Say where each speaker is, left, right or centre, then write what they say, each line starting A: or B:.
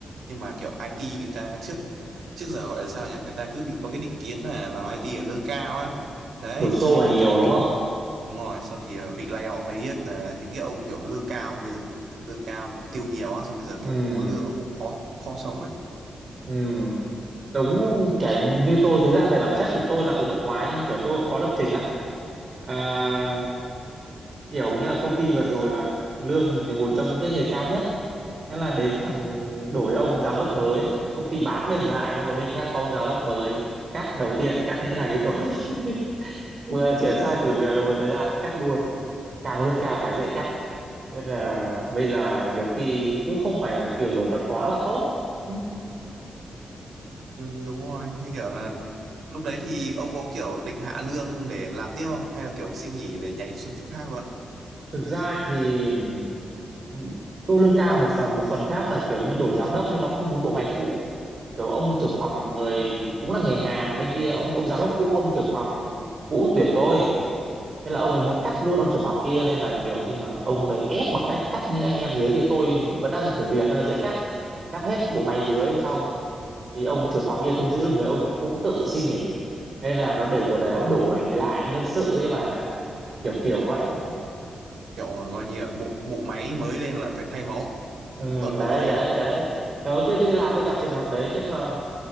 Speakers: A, on the right; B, on the right.
A: nhưng mà kiểu IT người ta trước trước giờ gọi là sao nhỉ người ta cứ bị có cái định kiến là làm IT là lương cao á đấy
B: đổ xô
A: cho nên
B: vào
A: là
B: nhiều
A: kiểu bị
B: đúng không
A: đúng rồi xong thì ờ, bị lay off đấy ấy, là những cái ông kiểu lương cao bây giờ lương cao kiểu tiêu nhiều á xong bây giờ
B: ừ
A: kiểu không có lương nó cũng khó khó sống ấy
B: ừ đúng cái như tôi thực ra về bản chất thì tôi làm tự động hóa nhưng kiểu tôi cũng có lập trình á à, kiểu như ở công ty vừa rồi là lương mình là một trong những cái người cao nhất thế là đến thằng đổi ông giám đốc mới công ty bán mình lại cho một bên khác có ông giám đốc mới cắt đầu tiên là cắt những thằng như tôi <laughs> vừa chuyển sang thử việc được một thời gian cắt luôn càng lương cao càng dễ cắt nên là bây giờ nhiều khi cũng không phải là kiểu nổi bật quá là tốt <laughs>
A: ừ, đúng rồi như kiểu là lúc đấy thì ông có kiểu định hạ lương để làm tiếp không hay là kiểu xin nghỉ để nhảy xuống chỗ khác luôn
B: thực ra thì ừm, tôi lương cao một phần một phần khác là kiểu như đổi giám đốc nên nó không muốn bộ máy cũ kiểu ông trưởng phòng người cũng là người Hàn bên kia ông ông giám đốc cũ và ông trưởng phòng cũ tuyển tôi nên là ông này muốn cắt luôn ông trưởng phòng kia nên là kiểu như là ông này ép bằng cách cắt những anh em dưới thì tôi vẫn đang thử việc nên là dễ cắt cắt hết bộ máy dưới xong thì ông trưởng phòng kia không giữ được người ông ấy cũng tự xin nghỉ nên là nó để kiểu để nó đổi lại nhân sự ấy mà kiểu kiểu vậy
A: kiểu coi như là bộ bộ máy mới lên là phải thay máu
B: ừ,
A: toàn bộ
B: đấy
A: đấy
B: đấy
A: nhỉ
B: đấy đầu tiên tôi làm tôi gặp trường hợp đấy nhưng mà